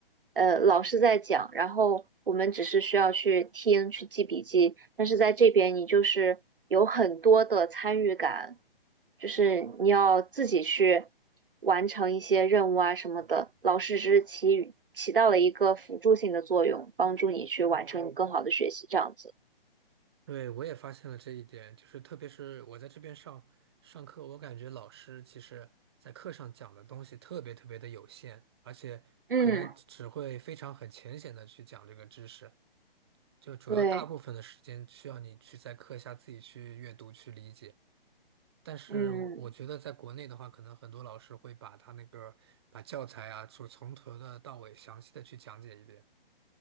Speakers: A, on the right; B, on the right.
A: 呃老师在讲，然后我们只是需要去听去记笔记，但是在这边你就是有很多的参与感，就是你要自己去完成一些任务啊什么的，老师只是起起到了一个辅助性的作用，帮助你去完成你更好的学习，这样子。
B: 对，我也发现了这一点，就是特别是我在这边上上课，我感觉老师其实在课上讲的东西特别特别的有限，而且可能只会非常很浅显的去讲这个知识，
A: 嗯，
B: 就主要大部分的时间需要你去在课下自己去阅读去理解。
A: 对，
B: 但是我我觉得在国内的话，
A: 嗯，
B: 可能很多老师会把他那个把教材啊，就从头的到尾详细的去讲解一遍。